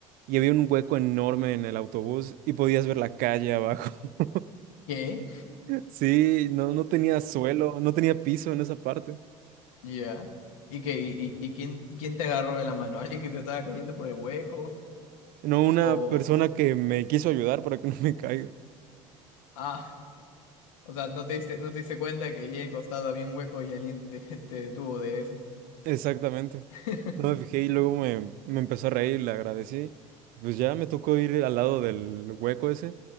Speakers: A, on the right; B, on the left.
A: Y había un hueco enorme en el autobús y podías ver la calle abajo. <laughs>
B: ¿Qué?
A: Sí, no, no tenía suelo, no tenía piso en esa parte.
B: Ya. ¿Y qué? ¿Y, y- y quién, quién te agarró de la mano? <laughs> ¿Alguien que te estaba cayendo por el hueco?
A: No, una
B: O.
A: persona que me quiso ayudar para que <laughs> no me caiga.
B: Ah, o sea, no te diste, no te diste cuenta que allí al costado había un hueco y alguien te, <laughs> te detuvo de eso.
A: Exactamente.
B: <laughs>
A: No me fijé y luego me, me empezó a reír, le agradecí. Pues ya me tocó ir al lado del hueco ese,